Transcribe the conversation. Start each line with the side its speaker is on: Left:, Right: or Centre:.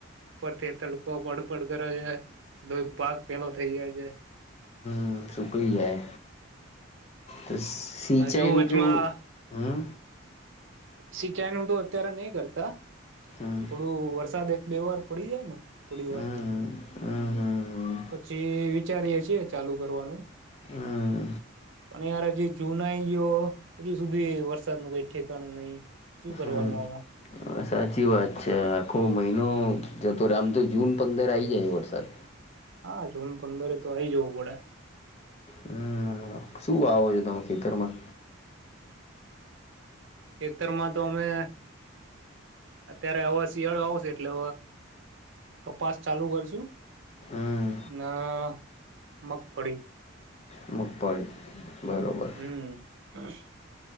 Right: ઉપરથી તડકો પડપડ કરે છે, તો પાક પેલો થઈ જાય છે.
Left: હા, સુકાઈ જાય. તો સિંચાઈનું
Right: હજુ વચમાં
Left: કેવું હ?
Right: સિંચાઈ નું તો અત્યારે નહીં કરતા.
Left: હમ
Right: થોડું વરસાદ એક. બે વાર પડી જાય ને થોડી
Left: હમ
Right: વાર
Left: હમ
Right: પછી વિચારીએ છીએ ચાલુ કરવાનું,
Left: હમ હમ
Right: પણ યાર હજી. ચુનાઈ ગયો, હજુ સુધી વરસાદ નું, કંઈ ઠેકાણું નહીં, શું કરવાનું
Left: હમ
Right: આમાં?
Left: સાચી વાત છે, આખો મહિનો જતો રહ્યો. આમ તો જૂન પંદરેક આવી જાય વરસાદ.
Right: હા, જૂન પંદરે તો આઈ જવું પડે.
Left: હમ શું વાવો છો તમે ખેતરમાં?
Right: ખેતરમાં તો અમે અત્યારે હવા, શિયાળો આવશે એટલે કપાસ ચાલુ કરશું,
Left: હમ
Right: ના મગફળી.
Left: મગફળી બરોબર
Right: હમ. <inaudible>